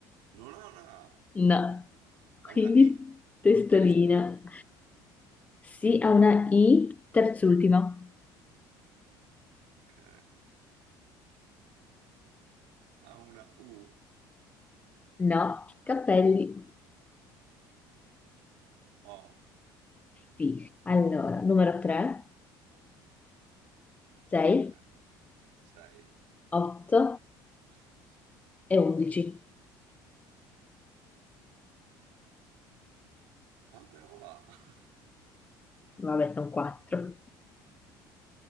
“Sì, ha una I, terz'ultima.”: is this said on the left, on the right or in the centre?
Left